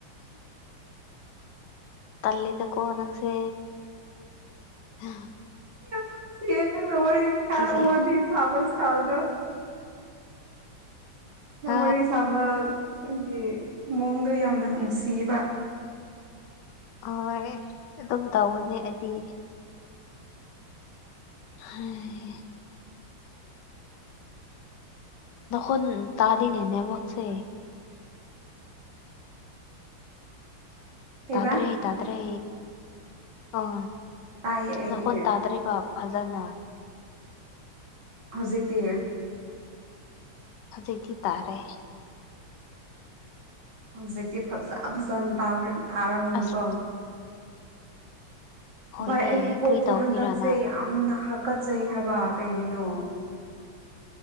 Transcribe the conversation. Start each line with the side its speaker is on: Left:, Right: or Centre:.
Left: ꯇꯜꯂꯤꯗꯀꯣ ꯅꯪꯁꯦ ꯑ
Right: ꯌꯥꯝ ꯅꯨꯡꯁꯤꯌꯦ ꯅꯪꯅ ꯋꯥꯔꯤ ꯉꯥꯡ
Left: ꯀꯤꯖꯩ
Right: ꯋꯥꯔꯤ ꯁꯥꯕ ꯁꯥꯕꯗꯣ ꯅꯪ
Left: ꯍꯥ
Right: ꯋꯥꯔꯤ ꯁꯥꯕ ꯑꯩꯗꯤ ꯃꯑꯣꯡꯗꯣ ꯌꯥꯝꯅ ꯅꯨꯡꯁꯤꯕ
Left: ꯍꯣꯏ ꯑꯗꯨꯝ ꯇꯧꯕꯅꯦ ꯑꯩꯗꯤ ꯍꯥꯏ ꯅꯈꯣꯟ ꯇꯥꯗꯦꯅꯦ ꯅꯦꯠꯋꯥꯛꯁꯦ
Right: ꯀꯩꯕ
Left: ꯇꯥꯗ꯭ꯔꯦ ꯇꯥꯗ꯭ꯔꯦ ꯑꯣ
Right: ꯇꯥꯏꯌꯦ ꯑꯩꯗꯤ
Left: ꯅꯥꯈꯣꯟ ꯇꯥꯗ꯭ꯔꯦꯕ ꯐꯖꯅ
Right: ꯍꯧꯖꯤꯛꯇꯤ
Left: ꯍꯧꯖꯤꯛꯇꯤ ꯇꯥꯔꯦ
Right: ꯍꯧꯖꯤꯛꯇꯤ ꯐꯖ ꯐꯖꯅ ꯇꯥꯕ꯭ꯔꯠ ꯇꯥꯔꯝꯅꯤꯀꯣ
Left: ꯑꯁ ꯍꯣꯏꯅꯦ
Right: ꯚꯥꯏ ꯑꯩꯒꯤ ꯀꯣꯛꯇꯣ
Left: ꯀꯔꯤ ꯇꯧꯕꯒꯤꯔꯅ
Right: ꯍꯟꯗꯛꯁꯦ ꯌꯥꯝꯅ ꯍꯥꯒꯠꯆꯩ ꯍꯥꯏꯕ ꯀꯩꯒꯤꯅꯣ